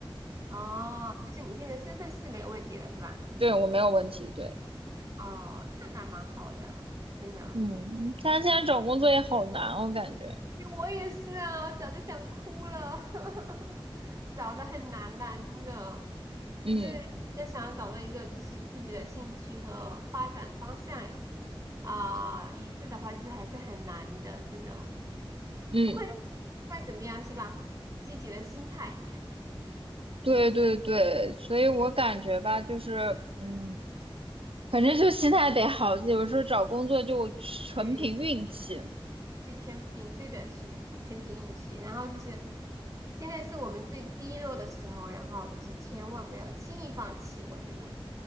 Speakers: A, on the right (about 35°); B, on the right (about 75°).
A: 哦，就是你现在身份是没有问题的是吧？
B: 对我没有问题，对，
A: 哦，那那蛮好的，真的。
B: 嗯，但是现在找工作也好难，我感觉，
A: 哎我也是啊，找的想哭了，<laughs> 找的很难的，真的，
B: 嗯
A: 就是要想要找到一个就是自己的兴趣和发展方向啊、一致的话，就是还是很难的，真的。
B: 嗯，
A: 不管不管怎么样，是吧？积极的心态，
B: 对对对，所以我感觉吧，就是嗯，反正就心态得好，有时候找工作就纯凭运气。
A: 对，对，全凭，对的，是的，全凭运气。然后就是现在是我们最低落的时候，然后就是千万不要轻易放弃，我觉得。